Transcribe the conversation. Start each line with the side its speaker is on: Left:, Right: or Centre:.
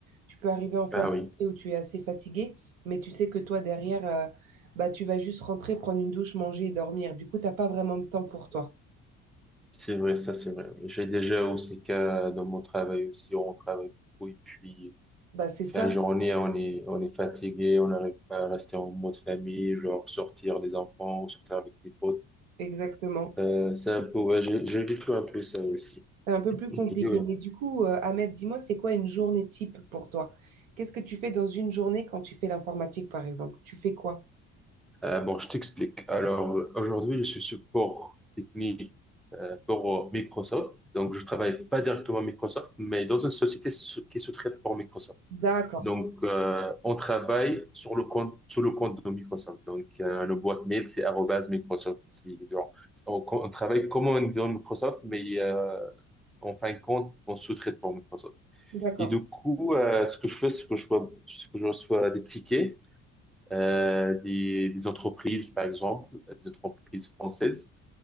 Right: tu peux arriver en fin
Centre: ah
Right: de
Centre: oui,
Right: journée où tu es assez fatigué, mais tu sais que toi, derrière, euh, bah, tu vas juste rentrer, prendre une douche, manger et dormir. Du coup, tu n'as pas vraiment de temps pour toi.
Centre: c'est vrai, ça c'est vrai. oui. J'ai déjà aussi cas dans mon travail aussi, on travaille beaucoup et puis
Right: Bah, c'est ça,
Centre: Fin de journée, on est, on est fatigué, on n'arrive pas à rester en mode famille, genre sortir les enfants ou sortir avec les potes.
Right: exactement.
Centre: Euh, c'est un peu, ouais, j'ai j'ai vécu un peu ça aussi.
Right: C'est un peu plus compliqué.
Centre: Et, euh,
Right: Mais du coup, euh, Ahmed, dis-moi, c'est quoi une journée type pour toi? Qu'est-ce que tu fais dans une journée quand tu fais l'informatique, par exemple? Tu fais quoi?
Centre: euh, bon, je t'explique. Alors, euh, aujourd'hui, je suis support technique euh, pour euh, Microsoft. Donc, je travaille pas directement à Microsoft, mais dans une société sou- qui se traite pour Microsoft.
Right: D'accord,
Centre: Donc, euh, on travaille sur le compte, sous le compte de Microsoft. Donc, euh, le boîte mail, c'est arobase Microsoft. Si- genre, on, on travaille comme on dit dans Microsoft, mais euh, en fin de compte, on sous-traite pour Microsoft.
Right: d'accord.
Centre: Et du coup, euh, ce que je fais, c'est que je reçois, c'est que je reçois des tickets euh, des, des entreprises, par exemple, des entreprises françaises,